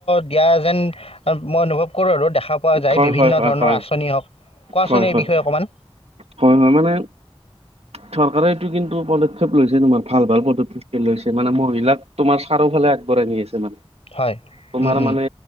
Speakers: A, on the left (about 70°); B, on the right (about 75°).
A: দিয়া যেন মই অনুভৱ কৰোঁ আৰু দেখা পোৱা যায়
B: হয়
A: বিভিন্ন
B: হয় হয়
A: ধৰণৰ
B: হয়
A: আঁচনি হওক কোৱাচোন
B: হয়
A: এই
B: হয়
A: বিষয়ে অকণমান
B: হয় মানে চৰকাৰে এইটো কিন্তু পদক্ষেপ লৈছে তোমাৰ ভাল ভাল পদক্ষেপ লৈছে মানে মহিলাক তোমাৰ ছাৰো ফালে আগবঢ়াই নি আছে মানে
A: হয়
B: তোমাৰ
A: উম, উম,
B: মানে